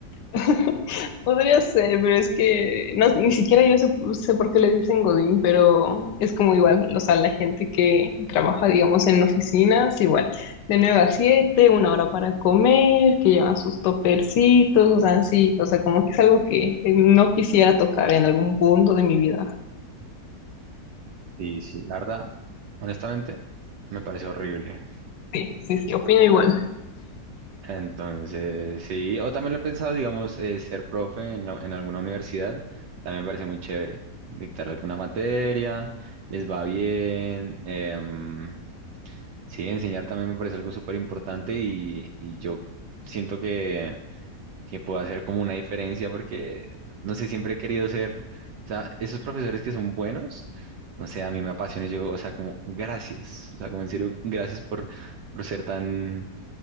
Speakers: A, on the left; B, on the right.
A: <laughs> Podría ser, pero es que no, ni siquiera yo sé, sé por qué le dicen Godín, pero es como igual, o sea, la gente que trabaja, digamos, en oficinas, igual, de 9 a 7, una hora para comer, que llevan sus topercitos, o sea, sí, o sea, como que es algo que eh, no quisiera tocar en algún punto de mi vida.
B: Sí, sí, la verdad, honestamente, me parece horrible.
A: Sí, sí, sí, opino igual.
B: Entonces, sí, o también lo he pensado, digamos, eh, ser profe en, la- en alguna universidad, también me parece muy chévere. Dictar alguna materia, les va bien. em, sí, enseñar también me parece algo súper importante y, y yo siento que que pueda hacer como una diferencia porque, no sé, siempre he querido ser, o sea, esos profesores que son buenos, no sé, a mí me apasiona, y yo, o sea, como gracias, o sea, como en serio, gracias por, por ser tan,